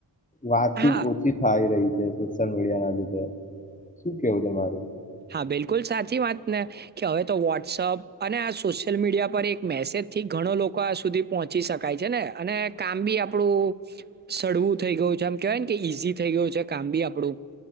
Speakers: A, on the left; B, on the right.
A: વાતચીત
B: હા,
A: ઓછી થાય રહી છે સોશિયલ મીડિયા ના લીધે શું કેવું તમારું
B: હા બિલકુલ સાચી વાત ને કે હવે તો વોટ્સઅપ અને આ સોશિયલ મીડિયા પર એક મેસેજથી ઘણો લોકો આ સુધી પહોંચી શકાય છે ને અને કામ બી આપણું સળવું થઈ ગયું છે આમ કેહેવાય ને કે ઈઝી થઈ ગયું છે કામ બી આપણું